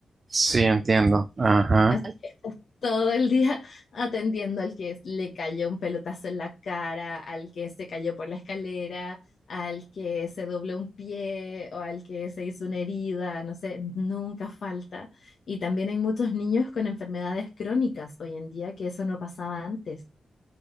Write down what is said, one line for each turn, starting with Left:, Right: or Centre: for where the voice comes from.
Right: Sí, entiendo. Ajá.
Left: Así que estás todo el día atendiendo al que le cayó un pelotazo en la cara, al que se cayó por la escalera, al que se dobló un pie o al que se hizo una herida, no sé, nunca falta. Y también hay muchos niños con enfermedades crónicas hoy en día que eso no pasaba antes.